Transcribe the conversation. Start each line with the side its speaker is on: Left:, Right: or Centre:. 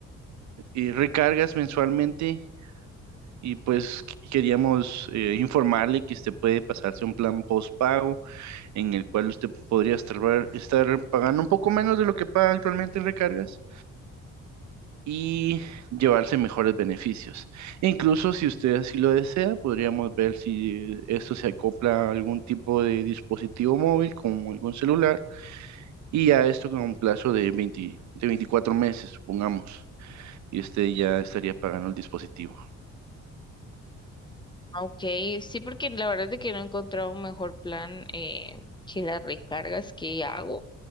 Right: eh, recargas mensualmente y pues qu- queríamos eh, informarle que usted puede pasarse a un plan postpago en el cual usted podría estar, estar pagando un poco menos de lo que paga actualmente en recargas y llevarse mejores beneficios. E incluso si usted así lo desea, podríamos ver si esto se acopla a algún tipo de dispositivo móvil como algún celular y a esto con un plazo de 20 de 24 meses, supongamos. Y usted ya estaría pagando el dispositivo.
Left: Ok, sí, porque la verdad es de que no he encontrado un mejor plan eh, que las recargas que hago.